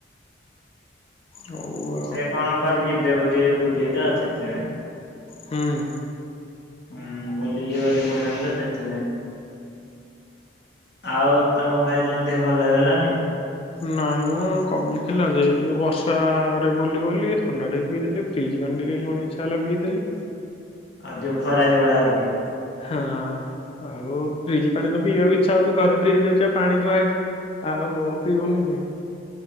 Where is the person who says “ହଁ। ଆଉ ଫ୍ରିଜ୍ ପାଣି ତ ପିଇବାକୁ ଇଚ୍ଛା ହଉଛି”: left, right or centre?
Left